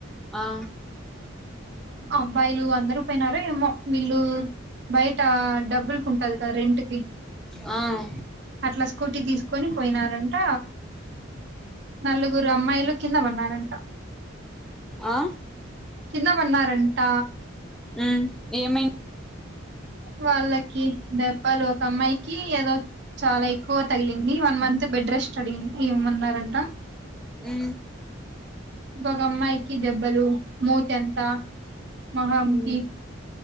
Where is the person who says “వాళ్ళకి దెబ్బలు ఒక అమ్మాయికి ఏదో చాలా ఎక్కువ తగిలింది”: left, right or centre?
Right